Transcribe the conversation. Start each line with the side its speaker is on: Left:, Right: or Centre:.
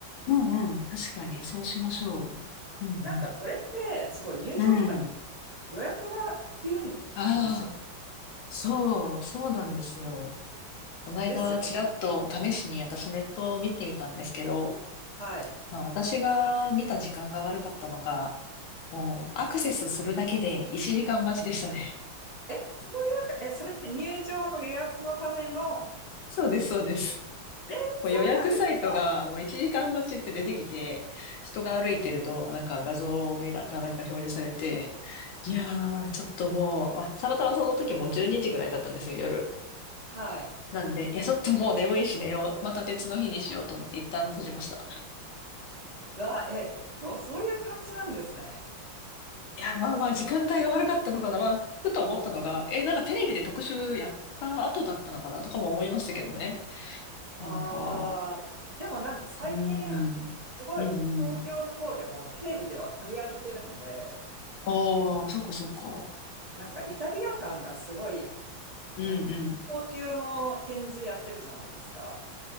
Left: うんうん。確かに、そうしましょう。うん
Right: なんか、これって、すごい入場とかに
Left: うん。うん。
Right: 予約がいるんですよね。
Left: ああ、そう、そうなんですよ。この間、
Right: ですよね。
Left: ちらっと試しに私ネットを見てみたんですけど、
Right: はい。
Left: まあ私が見た時間が悪かったのか、もうアクセスするだけで一時間待ちでしたね。
Right: え、そういうか、え、それって入場の予約のための、
Left: <laughs> そうです、そうです。
Right: え、そうなんですか
Left: もう予約サイトがもう1時間待ちって出てきて、人が歩いてると、なんか画像がなんか表示されて、いやー、ちょっともう、あ、たまたまその時もう12時ぐらいだったんですよ、夜。
Right: はい。
Left: なんで、いや、ちょっともう眠いし寝よう。また別の日にしようと思って一旦閉じました。
Right: うわ、え、結構そういう感じなんですね。
Left: いや、まあまあ、時間帯が悪かったのかな。まあ、ふと思ったのが、え、なんかテレビで特集やった後だったのかなとかも思いましたけどね。なんか、
Right: ああ、でもなんか最近、
Left: うーん、
Right: すごい東京の方でもテレビでは取り上げてるんで、
Left: うんうん。ああ、そっかそっか。
Right: しかもなんかイタリア感がすごい、
Left: うんうん。
Right: なんか高級の展示やってるじゃないですか。